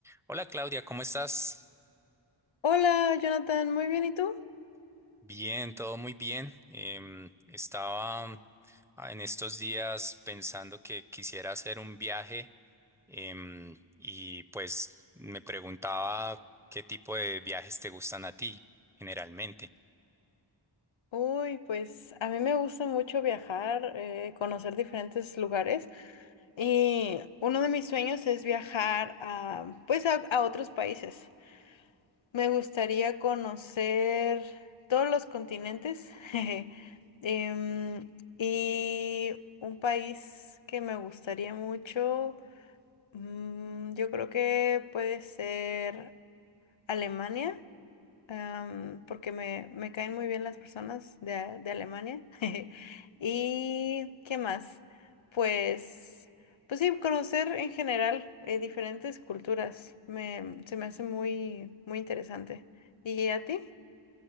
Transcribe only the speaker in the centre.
Hola Claudia, ¿cómo estás?
Bien, todo muy bien. Em, estaba mm, ah, en estos días pensando que quisiera hacer un viaje em, y pues me preguntaba qué tipo de viajes te gustan a ti generalmente.